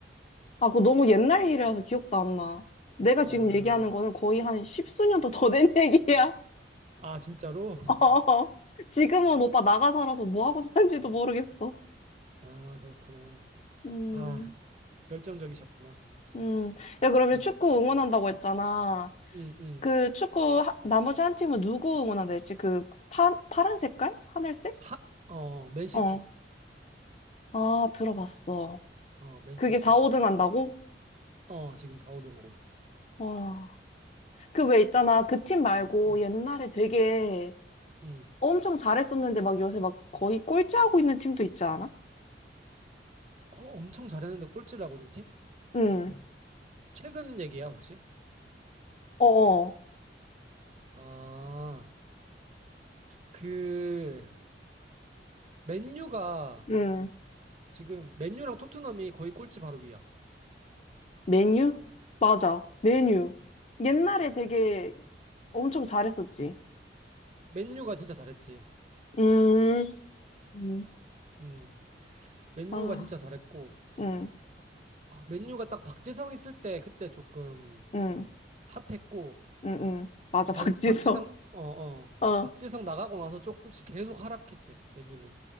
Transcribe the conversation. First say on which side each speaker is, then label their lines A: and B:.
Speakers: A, on the left (about 35°); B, on the right (about 40°).
A: 아, 그거 너무 옛날 일이라서 기억도 안 나. 내가 지금
B: 아,
A: 얘기하는 거는 거의 한 십수년도 더 된 <laughs> 얘기야.
B: 아, 진짜로? <laughs>
A: 어, 지금은 오빠 나가 살아서 뭐 하고 사는지도 모르겠어.
B: 아, 그렇구나.
A: 음,
B: 아, 결정적이셨구나.
A: 음. 야, 그러면
B: 음,
A: 축구 응원한다고 했잖아.
B: 음, 음.
A: 그 축구 하- 나머지 한 팀은 누구 응원한다랬지? 그 파, 파란 색깔? 하늘색?
B: 하, 어, 맨시티.
A: 어. 아, 들어봤어.
B: 어, 맨시티.
A: 그게 4, 5등 한다고?
B: 어, 지금 4, 5등 하고 있어.
A: 와. 그 왜 있잖아. 그 팀 말고
B: 음,
A: 옛날에 되게
B: 음.
A: 엄청 잘했었는데 막 요새 막 거의 꼴찌하고 있는 팀도 있지 않아?
B: 어, 엄청 잘했는데 꼴찌를 하고 있는 팀?
A: 응.
B: 최근 얘기야, 혹시?
A: 어어.
B: 아, 그, 맨유가,
A: 응.
B: 지금, 맨유랑 토트넘이 거의 꼴찌 바로 위야.
A: 메뉴? 맞아. 메뉴. 옛날에 되게 엄청 잘했었지.
B: 맨유가 진짜 잘했지.
A: 음. 음.
B: 음, 맨유가
A: 아.
B: 진짜 잘했고,
A: 응.
B: 아, 맨유가 딱 박지성 있을 때 그때 조금
A: 응.
B: 핫했고,
A: 응. 응. 맞아.
B: 박,
A: 박지성.
B: 박지성, 어, 어,
A: <laughs> 어.
B: 박지성 나가고 나서 조금씩 계속 하락했지, 맨유는.